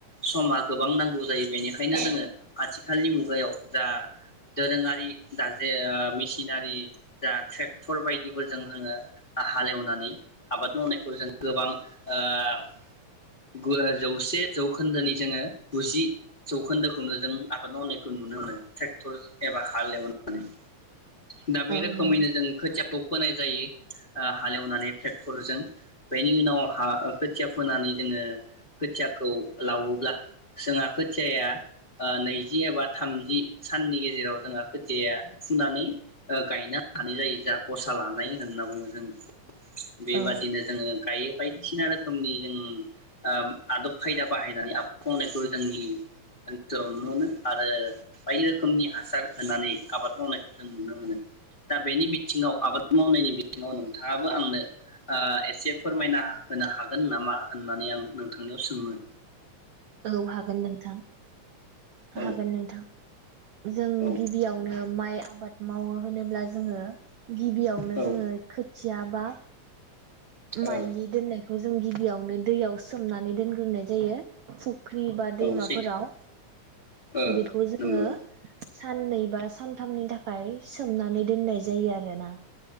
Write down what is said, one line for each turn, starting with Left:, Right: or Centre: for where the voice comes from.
Left: समा गोबां नांगौ जायो बेनिखायनो जोङो आथिखालनि मुगायाव जा दोरोङारि दा जे ओ मेसिनारि जा ट्रेक्टर बायदिफोरजों जोङो हालेवनानै। आबाद मावनायखौ जों गोबां ओ। दा बे
Right: नोंथां औ
Left: रोखोमैनो
Right: नोंथां
Left: जों खोथियाखौ। फोनाय जायो ओ हालेवनानैे टे्क टरजों बेनि उनाव हा खोथिया फोनानै जोङो खोथियाखौ लादोंब्ला जोंआ खोथियाया नैजि एबा थामजि साननि गेजेराव जोंङा खोथियाया ओ फुनानै गायनो हानाय जायो जोंहा गसा लानाय होनना बुङो जों। बेबादिनो
Right: औ
Left: जोङो गायो। बायदिसिना रोखोमनि जों ओ आदब खायदा बाहायनानै आबाद मावनायखौ जोंनि ओनसोलाव नुनो मोनो आरो बायदि रोखोमनि हासार होनानै आबाद मावनायखौ जों नुनो मोनो। दा बेनि बिथिङाव आबाद मावनायनि बिथिङाव नोंथाङाबो आंनो ओ एसे फोरमायना होनो हागोन नामा होननानै आं नोंथांनियाव सोङो?
Right: औ हागोन नोंथां।
Left: औ
Right: हागोन नोंथां। जों
Left: औ
Right: गिबियावनो माइ आबाद माव मावो होनोब्ला जोङो गिबियावनो
Left: औ
Right: जोङो खो खियाबा माइलि
Left: औ
Right: दोननायखौ जों गिबियावनो दैयाव सोमनानै दोनग्रोनाय जायो। फु फुख्रि बा दैमाफोराव
Left: ओ औ सैथो ओ
Right: बेखौ जोङो
Left: नंगौ
Right: साननै बा सानथामनि थाखाय सोमनानै दोननाय जायो आरोना।